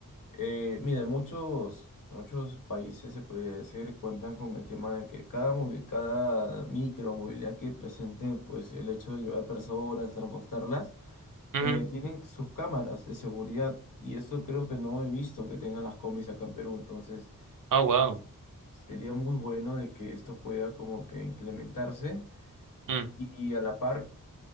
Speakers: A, on the left; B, on the right.
A: eh, mira, muchos, muchos países, se podría decir, cuentan con el tema de que cada, movi- cada micro movilidad que presente, pues, el hecho de llevar personas, transportarlas,
B: Ujú.
A: eh, tienen sus cámaras de seguridad. Y esto creo que no he visto que tengan las combis acá en Perú. Entonces,
B: Oh, wow.
A: sería muy bueno de que esto pueda como que implementarse.
B: Mm.
A: Y a la par